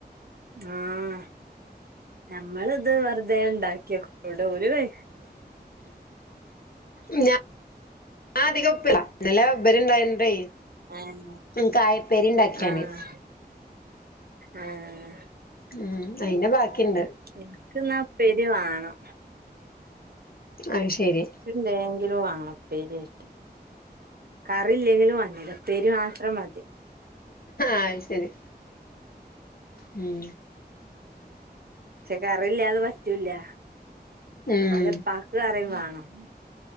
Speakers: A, on the right; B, on the left.
A: ആഹ് നമ്മളിത് വെറുതെ ഉണ്ടാക്കി വെക്കും ഇവ്ട ഒരു കൈ
B: ന ഞാൻ അധികം <unintelligible> ഇന്നല ഇബരിണ്ടായൊണ്ടേ
A: ഏഹ്
B: മ്ഹ് കായ ഉപ്പേരി ഇണ്ടാക്കി ഞാന്
A: ആഹ് ആഹ്
B: ഉം അയിന്റെ ബാക്കിണ്ട്
A: എനിക്ക്ന്നാ ഉപ്പേരി വേണം
B: അയ് ശരി
A: എന്തേങ്കിലും വേണം ഉപ്പേരി ആയിട്ട് കറി ഇല്ലെങ്കിലും വേണ്ടില്ല ഉപ്പേരി മാത്രം മതി
B: അയ് ശരി ഉം
A: പക്ഷെ കറില്ലാതെ പറ്റൂല
B: ഉം
A: ഓലെ ഉപ്പാക്ക് കറി വേണം